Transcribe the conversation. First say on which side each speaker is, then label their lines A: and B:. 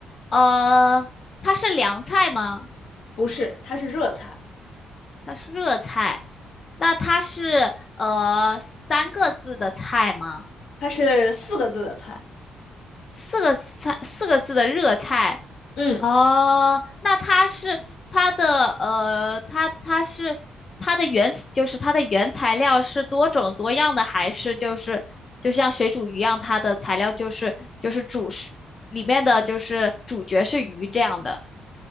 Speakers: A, on the left; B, on the left.
A: 呃，它是凉菜吗？
B: <laughs> 不是，它是热菜，
A: 它是热菜。那它是呃三个字的菜吗？
B: 它是四个字的菜。
A: 四个菜，四个字的热菜。
B: 嗯，
A: 哦，那它是它的呃，它它是它的原就是它的原材料是多种多样的，还是就是就像水煮鱼一样，它的材料就是就是主食里面的就是主角是鱼这样的？